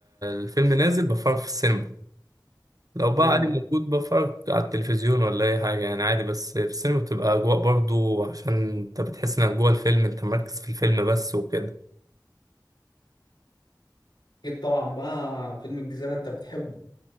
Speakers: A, on the right; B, on the left.
A: الفيلم نازل بفرج في السينما لو
B: اه
A: بقى عادي موجود بفرج على التلفزيون ولا اي حاجه يعني عادي بس في السينما بتبقى اجواء برضو عشان انت بتحس انك جوه الفيلم انت مركز في الفيلم بس وكده
B: اكيد طبعا بقى فيلم الجزيرة انت بتحبه